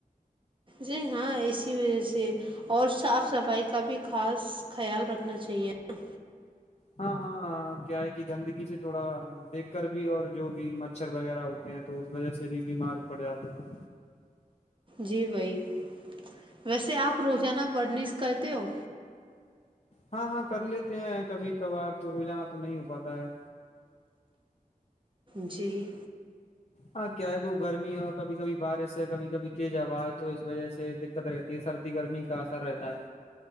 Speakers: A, on the right; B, on the left.
A: جی ہاں اسی وجہ سے اور صاف صفائی کا بھی خاص خیال رکھنا چاہیے نا
B: ہاں ہاں کیا ہے کہ گندگی سے تھوڑا دیکھ کر بھی اور جو بھی مچھر وغیرہ ہوتے ہیں تو اس وجہ سے بھی بیمار پڑ جاتے ہیں
A: جی وہی ویسے آپ روزانہ ورنش کا تو
B: ہاں ہاں کر لیتے ہیں کبھی کبھار تو روزانہ تو نہیں ہو پاتا ہے
A: جی
B: ہاں کیا ہے وہ گرمی ہو کبھی کبھی بارش ہے کبھی کبھی تیز ہوا ہے تو اس وجہ سے دقت رہتی ہے سردی گرمی کا اثر رہتا ہے